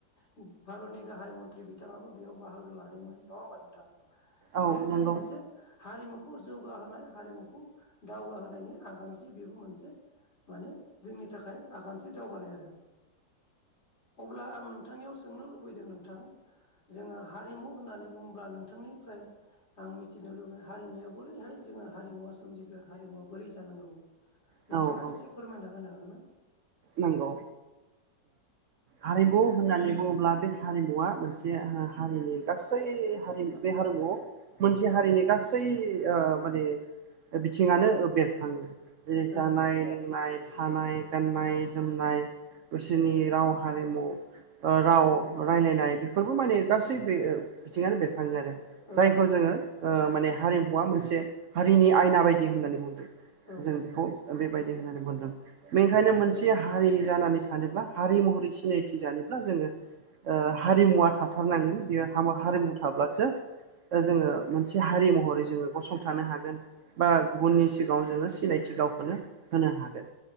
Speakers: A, on the left; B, on the right.
A: भारतनि गाहाय मन्त्रि बिथाङाबो बेयाव बाहागो लादोंमोन नङा होमबा नो थां।
B: औ
A: बेयो जोंनि
B: नंगौ
A: मोनसे हारिमु। खौ जौगाहोनाय हारिमुखौ दावगाहोनायनि आगानथि बेबो मोनसे। माने जोंनि थाखाय आगानसे दावगानाय आरो अब्ला आं नों थांनियाव सोंनो लुबैदों नोंथां जोङो हारिमु होननानै बुंङोब्ला नोंथांनिफ्राय। आं मिथिनो लुबगैयो हारिमुया बोरैहाय जोङो हारिमुवा सोमजिखो हारिमुवा बोरै जानांगौ।
B: औ
A: नोंथाङा
B: औ
A: एसे फोरमायना होनो हागोन ना?
B: नंगौ हारिमु होननानै बुङोब्ला बे हारिमुवा मोनसे हारिनि गासै हारिमु बे हारिमुआव। मोनसे हारिनि गासै ओ माने बिथिङानो बेरखाङो। जेरै
A: औ
B: जानाय लोंनाय। थानाय गाननाय जोमनाय बिसोरनि राव हारिमु। ओ राव रायलायनाय बेफोरबो माने गासै बे बिथिंङानो बेर खायो‌‌ आरो
A: औ
B: जायखौ जोङो। ओ माने हारिमुवा मोनसे हारिनि आयना बायदि होननानै बुंदों
A: औ
B: जों बेखौ। बेबायदि होननानै बुंदों बेनिखायनो मोनसे। हारि जानानै थानोब्ला हारि महरै सिनायथि जानोब्ला जोङो। ओ हारिमुवा थाथारनांगोन बेयो हारिमु थाब्लासो जोङो मोनसे हारि महरै जोङो गसंथानो हागोन बा गुबुननि सिगाङाव जोङो सिनायथि गावखौनो होनो हागोन